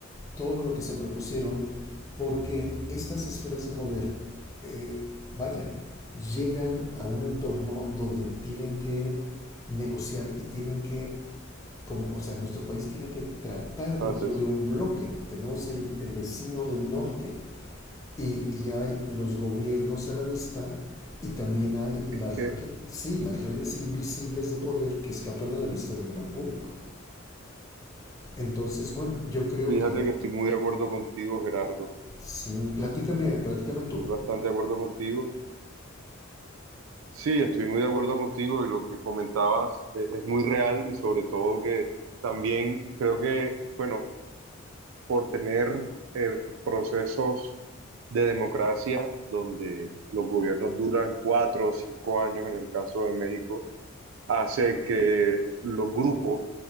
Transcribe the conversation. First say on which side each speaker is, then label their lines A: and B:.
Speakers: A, on the left; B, on the right.
A: todo lo que se propusieron porque estas esferas de poder, eh, vaya, llegan a un entorno donde tienen que negociar y tienen que, como, o sea, nuestro país tiene que tratar
B: Entonces.
A: dentro de un bloque. Tenemos el, el vecino del norte, y, y hay los gobiernos a la vista y también hay
B: es
A: las,
B: que
A: sí, las redes invisibles de poder que escapan a la vista del gran público. Entonces, bueno, yo creo
B: Fíjate
A: que
B: que estoy muy de acuerdo contigo, Gerardo.
A: sí, platícame, platícame
B: Estoy
A: tú.
B: bastante de acuerdo contigo. Sí, estoy muy de acuerdo contigo y lo que comentabas eh, es muy real y sobre todo que también creo que, bueno, por tener eh, procesos de democracia donde los gobiernos duran cuatro o cinco años en el caso de México hace que los grupos